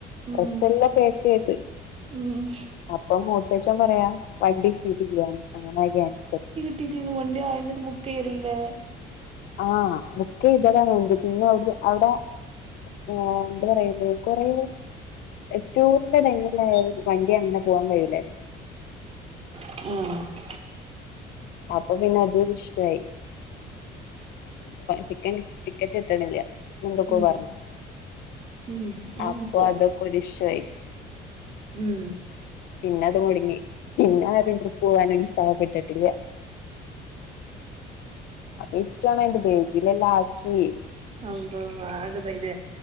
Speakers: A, on the right; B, on the left.
A: ഉം
B: ഡ്രെസ്സെല്ലാം പാക്കയ്ത്
A: ഉം
B: അപ്പം മൂത്തേച്ചൻ പറയാ വണ്ടി കേറ്റില്ല അങ്ങനെ ക്യാൻസ്
A: കിട്ടീട്ടന്ന് വണ്ടി ആദ്യം തന്നെ ബു ക്കയല്ലേ
B: ആ ബുക്കയ്തതാണ് വണ്ടി പിന്നെ അവടെന്ന് അവ്ടെ ആ എന്ത പറയല് കൊറെേ ഏറ്റവും <unintelligible> <unintelligible> വണ്ടി അങ്ങനെ പോവാൻ കഴൂലല്ലേ
A: ആ
B: അപ്പൊ പിന്നെ അതു ഒര് ഇഷ്യൂ ആയി ടിക്കറ്റ് കീട്ടണില്ല എന്തൊക്കെ
A: ഉം
B: പറഞ്ഞു
A: ഉം ആഹ്
B: അപ്പൊ
A: പോ
B: അതൊക്കെ ഒരു ഇശുവായി
A: ഉം
B: പിന്നെ അത് മൊടങ്ങി പിന്നെ ആരും <unintelligible> പോവാനും ഉത്സാഹപ്പെട്ടിട്ടില്ല അപ്പൊ ഇ <unintelligible> ബേഗിലെല്ലാം ആക്കി
A: അമ്പോ ആകെ ഇതായിലെ